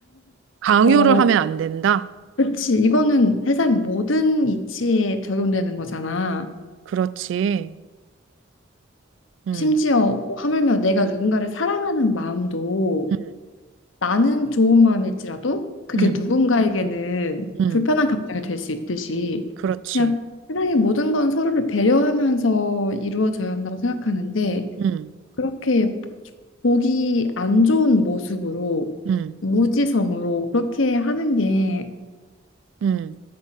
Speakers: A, on the right (about 65°); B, on the left (about 80°).
A: 강요를
B: 어
A: 하면 안 된다?
B: 그렇지 이거는 세상 모든 이치에 적용되는 거잖아.
A: 그렇지. 응,
B: 심지어 뭐 하물며 내가 누군가를 사랑하는 마음도
A: 응,
B: 나는 좋은 마음일지라도 그게
A: 응,
B: 누군가에게는
A: 응.
B: 불편한 감정이 될 수 있듯이
A: 그렇지.
B: 그냥 세상의 모든 건 서로를 배려하면서 이루어져야 한다고 생각하는데
A: 응,
B: 그렇게 보기 안 좋은 모습으로
A: 응,
B: 무지성으로 그렇게 하는 게
A: 응.